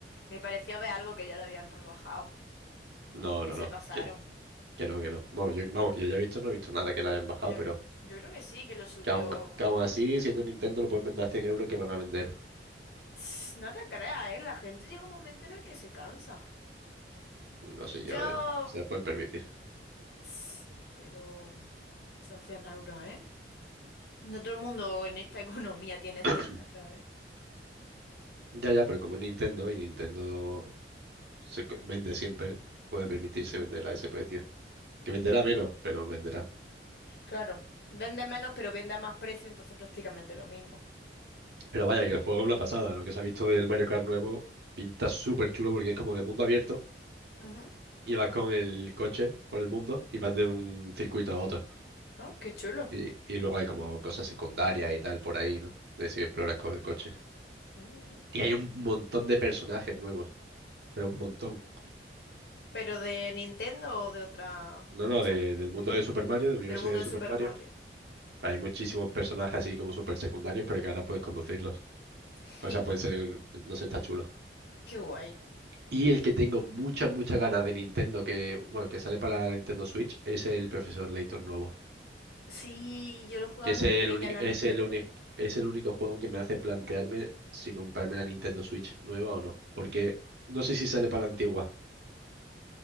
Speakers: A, on the left; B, on the right.
A: Me pareció ver algo que ya lo habían rebajado.
B: No,
A: Que
B: no,
A: se
B: no.
A: pasaron.
B: Que, que no, que no. Vamos, yo, vamos, que yo ya he visto, no he visto nada que la hayan bajado,
A: Yo,
B: pero
A: yo creo que sí, que lo subió.
B: que aún, que aún así, siendo Nintendo, lo pueden vender a 100 euros que van a vender.
A: Tss, No te creas, ¿eh? La gente llega un momento en el que se cansa.
B: No sé
A: Yo...
B: yo, ¿eh? Se lo pueden permitir.
A: Sí, pero... Son 100 euros, ¿eh? No todo el mundo en esta economía tiene 100
B: <clears throat>
A: euros, ¿eh?
B: Ya, ya, pero como es Nintendo y Nintendo se co- vende siempre, puede permitirse vender a ese precio. Que venderá menos, pero venderá.
A: Claro, vende menos pero vende a más precio, entonces prácticamente lo mismo.
B: Pero vaya, que el juego es una pasada. Lo que se ha visto del Mario Kart nuevo pinta súper chulo porque es como de mundo abierto
A: Ujú.
B: y vas con el coche por el mundo y vas de un circuito a otro.
A: Ah, qué chulo.
B: Y, y luego hay como cosas secundarias y tal por ahí, ¿no? De si exploras con el coche.
A: Mm.
B: Y hay un montón de personajes nuevos, pero un montón.
A: ¿Pero de Nintendo o de otra?
B: No, no,
A: O sea,
B: de- del mundo de Super Mario, del universo
A: del mundo
B: de
A: de
B: Super
A: Super
B: Mario.
A: Mario.
B: Hay muchísimos personajes así como super secundarios, pero que ahora puedes conducirlos.
A: <laughs>
B: O sea, pueden ser, no sé, está chulo.
A: Qué guay.
B: Y el que tengo muchas, muchas ganas de Nintendo, que, bueno, que sale para la Nintendo Switch, es el Profesor Layton nuevo.
A: Sí, yo lo jugaba
B: Que es
A: de
B: el,
A: pequeña
B: uni-
A: en la
B: es
A: Nintendo.
B: el, uni- es el único juego que me hace plantearme si comprarme la Nintendo Switch nueva o no. Porque no sé si sale para la antigua.